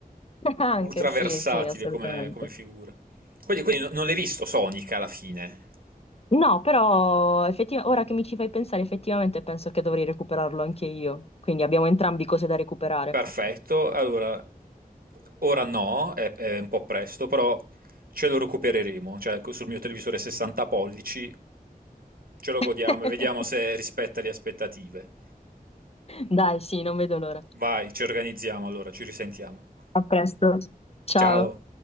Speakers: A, on the left; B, on the right.
A: Anche
B: ultraversatile
A: sì, sì, assolutamente.
B: come, come figura. Quindi, quindi no- non l'hai visto Sonic alla fine.
A: No, però effettiv- ora che mi ci fai pensare, effettivamente penso che dovrei recuperarlo anche io. Quindi abbiamo entrambi cose da recuperare.
B: Perfetto, allora, ora no, è, è un po' presto, però ce lo recupereremo, cioè co- sul mio televisore 60 pollici ce lo
A: <laughs>
B: godiamo e vediamo se rispetta le aspettative.
A: Dai, sì, non vedo l'ora.
B: Vai, ci organizziamo allora, ci risentiamo.
A: A presto. Ciao.
B: Ciao.